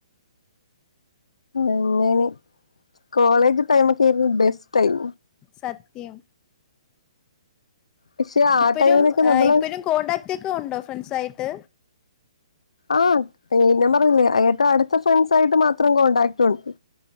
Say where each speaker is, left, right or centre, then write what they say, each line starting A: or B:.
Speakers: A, on the left; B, on the left.
A: അങ്ങനെ കോളേജ് ടൈമൊക്കെയിരുന്നു ബെസ്റ്റ് ടൈം
B: സത്യം
A: പക്ഷെ ആ
B: ഇപ്പഴും
A: ടൈമിലൊക്കെ നമ്മള്
B: എഹ് ഇപ്പഴും കോൺടാക്ട് ഒക്കെ ഉണ്ടോ ഫ്രണ്ട്സ് ആയിട്ട്
A: ആഹ് പിന്നെ പറഞ്ഞില്ലേ അടുത്ത ഫ്രണ്ട്സ് ആയിട്ട് മാത്രം കോൺടാക്ട് ഉണ്ട്